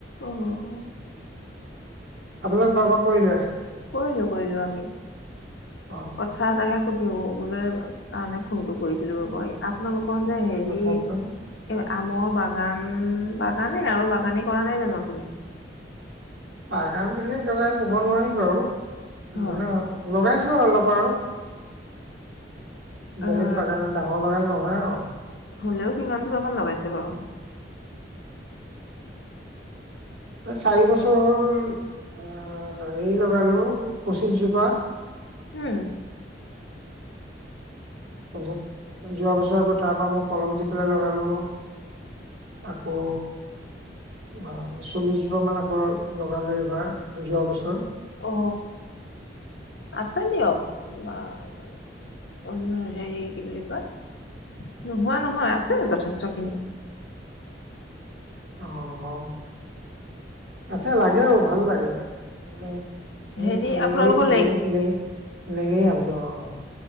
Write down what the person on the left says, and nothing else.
অঁ, অঁ।
কৰিলো কৰিলো আমি।
কথা এটাহে সুধিবলৈ কাৰণে ফোনটো কৰিছিলো মই, আপোনালোক কৰ যে হেৰি,
এ আমৰ বাগান বাগানেই আৰু বাগানে কৰা নাই জানো আপুনি?
হয়
আহ
হ'লেও কিমান জোপামান লগাইছে বাৰু?
উম।
অ আছে দিয়ক বাৰু, অন হেৰি, কি বুলি কয় নোহোৱা নহয় আছে যথেষ্ট খিনি।
হেৰি
আপোনালোকৰ